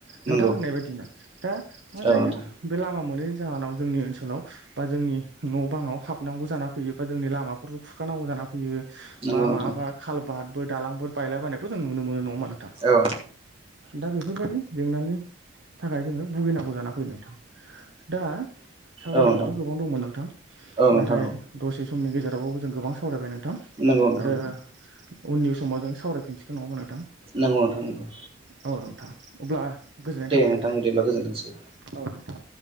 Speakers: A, on the right; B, on the right.
A: नोंथां
B: नंगौ
A: होननाय बायदिनो दा मा
B: औ
A: जायो
B: नोंथां
A: बे लामा मोनैनि जाहोनाव जोंनि ओनसोलाव बा जोंनि न' बाङाव हाबनांगौ जाना फैयो बा जोंनि लामाफोरखौ खुरखानांगौ जानानै फैयो
B: नंगौ
A: बा
B: नोंथां
A: माबा खालबातफोर दालांफोर बायला बायनायखौ जों नुनो मोनो नङा होम्बा
B: औ।
A: दा बेफोरबायदि जेंनानि थाखाय जोङो भुगिनांगौ जाना फैदों नोंथां दा सावरायनांगौथ'
B: औ नोंथां
A: गोबां दंमोन नोंथां
B: औ नोंथां
A: नाथाय
B: औ
A: दसे समनि गेजेराव जों गोबां सावरायबाय नों थां
B: नंगौ नोंथां
A: आरो उननि समाव जों सावरायफिनसिगोन नङा
B: नंगौ नोंथां नंगौ
A: औ नोंथां अब्ला गोजोननाय
B: दे
A: थाबाय नोंथां औ
B: बिदिब्ला गोजोनथोंसै
A: नोंथां